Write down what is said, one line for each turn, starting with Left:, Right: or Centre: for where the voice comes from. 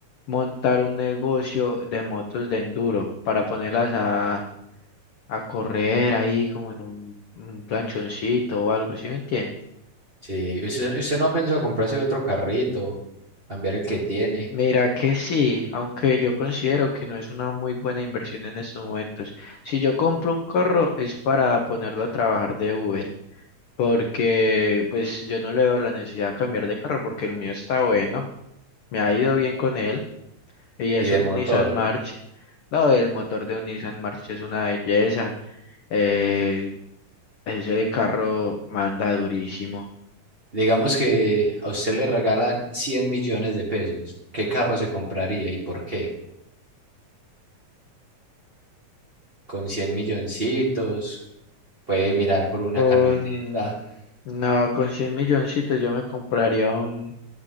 Left: montar un negocio de motos de enduro para ponerlas a, a correr ahí como en un, un planchoncito o algo, ¿sí me entiende?
Right: Sí, ¿usted, usted no ha pensado comprarse otro carrito, cambiar el que tiene
Left: Mira que sí, aunque yo considero que no es una muy buena inversión en estos momentos. Si yo compro un carro es para ponerlo a trabajar de Uber, porque pues yo no le veo la necesidad de cambiar de carro porque el mío está bueno, me ha ido bien con él y es
Right: y de
Left: un
Right: motor?
Left: Nissan March. No, el motor de un Nissan March es una belleza. eh, ese carro manda durísimo.
Right: Digamos que a usted le regalan 100 millones de pesos. ¿Qué carro se compraría y por qué? Con 100 milloncitos, puede mirar por una
Left: Con,
Right: camioneta.
Left: no, con 100 milloncitos yo me compraría un,